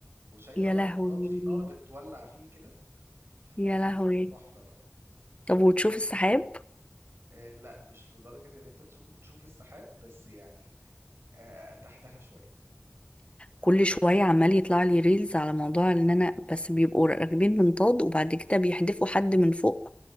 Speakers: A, on the right; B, on the left.
A: وشايفه
B: يا
A: بقى
B: لهوي
A: المنطاد فيه نار بتولع فيه كده فبيبقى
B: يا لهوي
A: تحفه بقى
B: طب وتشوف السحاب
A: آه لا مش لدرجه ان انت تشو- تشوف السحاب بس يعني آه آه، تحتها شويه
B: كل شوية عمال يطلع لي ريلز على موضوع ان انا بس بيبقوا راكبين منطاد وبعد كده بيحدفوا حد من فوق